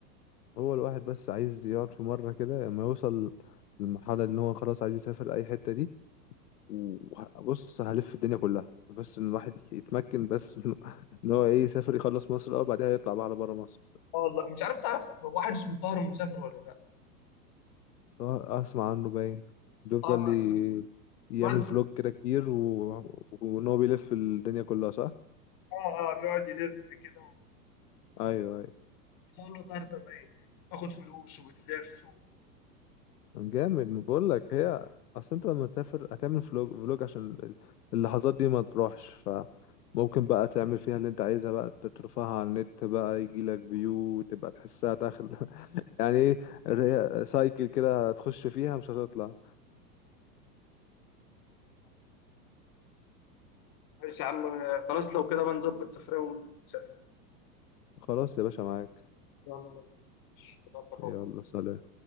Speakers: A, on the left; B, on the left.
A: هو الواحد بس عايز يقعد في مره كده لما يوصل للمرحله اللي هو خلاص عايز يسافر اي حته دي وبص هلف الدنيا كلها بس ان الواحد يتمكن بس <laughs> ان هو ايه يسافر يخلص مصر الاول بعدها يطلع بقى على بره مصر
B: اه والله مش عارف تعرف واحد اسمه طاهر المسافر ولا لا
A: آه، اسمع عنه باين بيفضل
B: اه
A: ي- يعمل
B: الواد
A: فلوج كده كتير و... وان هو بيلف الدنيا كلها صح
B: اه اه بيقعد يلف كده
A: ايوه ايوه
B: ويقول له طرطب باين تاخد فلوس وبتلف و...
A: جامد بقول لك هي اصل انت لما تسافر هتعمل فلوج فلوج عشان ال- اللحظات دي ما تروحش فممكن بقى تعمل فيها اللي انت عايزها بقى ت- ترفعها على النت بقى يجي لك فيو تبقى تحسها داخل <laughs> يعني ايه سايكل كده هتخش فيها مش هتطلع
B: آه. ماشي يا عم خلاص لو كده بقى نظبط سفرية ونسافر
A: خلاص يا باشا معاك
B: يلا ماشي. نظبط
A: يلا
B: أهو.
A: سلام